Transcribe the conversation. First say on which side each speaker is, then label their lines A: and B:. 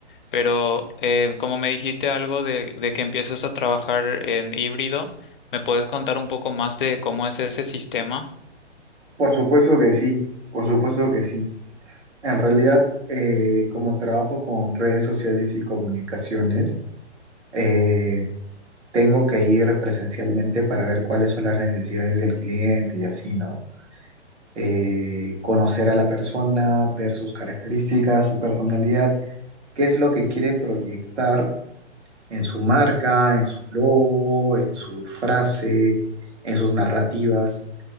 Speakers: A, on the left; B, on the right.
A: Pero eh, como me dijiste algo de, de que empiezas a trabajar en híbrido, ¿me puedes contar un poco más de cómo es ese sistema?
B: Por supuesto que sí, por supuesto que sí. En realidad, eh, como trabajo con redes sociales y comunicaciones, eh, tengo que ir presencialmente para ver cuáles son las necesidades del cliente y así, ¿no? Eh, conocer a la persona, ver sus características, su personalidad, qué es lo que quiere proyectar en su marca, en su logo, en su frase, en sus narrativas,